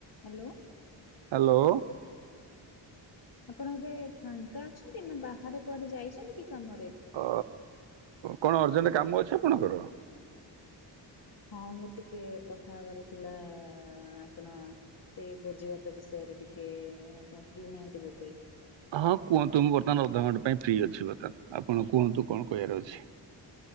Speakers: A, on the left; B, on the right.
A: Hello
B: hello.
A: ଆପଣ ଏବେ ଫାଙ୍କା ଅଛନ୍ତି ନା ବାହାରେ କୁଆଡେ ଯାଇଛନ୍ତି କି କାମରେ?
B: ଅ କଣ ଅର୍ଜେଣ୍ଟ କାମ ଅଛି ଆପଣଙ୍କର?
A: ହଁ ମୋର ଟିକେ କଥା ହେବାର ଥିଲା ଲା ଆପଣ ସେ ଭୋଜି ଭାତ ବିଷୟରେ ଟିକେ ଆପଣ ଫ୍ରି ନାହାନ୍ତି ବୋଧେ।
B: ହଁ କୁହନ୍ତୁ ମୁଁ ବର୍ତ୍ତମାନ ଅଧଘଣ୍ଟା ପାଇଁ ଫ୍ରି ଅଛି ବର୍ତ୍ତମାନ ଆପଣ କୁହନ୍ତୁ କଣ କହିବାର ଅଛି?